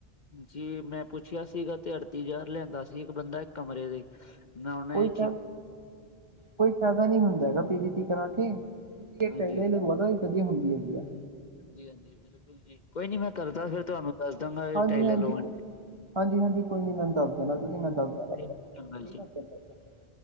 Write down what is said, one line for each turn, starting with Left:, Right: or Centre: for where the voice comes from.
Left: ਜੀ ਮੈਂ ਪੁੱਛਿਆ ਸੀਗਾ ਤੇ ਅੜਤੀ ਹਜ਼ਾਰ ਲੈਂਦਾ ਸੀ ਇੱਕ ਬੰਦਾ ਇੱਕ ਕਮਰੇ ਦੇ। ਮੈਂ
Right: ਕੋਈ
Left: ਏ ਚਿਪ
Right: ਫ ਕੋਈ ਫੈਦਾ ਨੀਂ ਹੁੰਦਾ ਹੈਗਾ ਪੀ ਵੀ ਸੀ ਕਰਾ ਕੇ, ਤੁਸੀਂ ਇਹ
Left: ਹਾਂਜੀ
Right: ਟਾਇਲਾਂ ਈ ਲਗਵਾ ਲੋ। ਵਧੀਆ ਹੁੰਦੀ ਹੈਗੀ ਆ।
Left: ਜੀ ਹਾਂਜੀ ਬਿਲਕੁਲ ਜੀ, ਕੋਈ ਨੀ ਮੈਂ ਕਰਦਾ ਫਿਰ ਤੁਆਨੂੰ ਦੱਸ ਦਾਂਗਾ
Right: ਹਾਂਜੀ
Left: ਟਾਈਲਾਂ
Right: ਹਾਂਜੀ
Left: ਲਵਾ
Right: ਕੋ- ਹਾਂਜੀ ਹਾਂਜੀ ਕੋਈ ਨੀਂ ਮੈਂਨੂੰ ਦੱਸ ਦੇਣਾ ਤੁਸੀਂ ਮੈਂ ਦੱਸ ਦਾਂਗਾਂ ਆਪਣੇ,
Left: ਚੰਗਾ
Right: ਠੀਕ
Left: ਜੀ
Right: ਐ ਚੰਗਾ ਚੰਗਾ।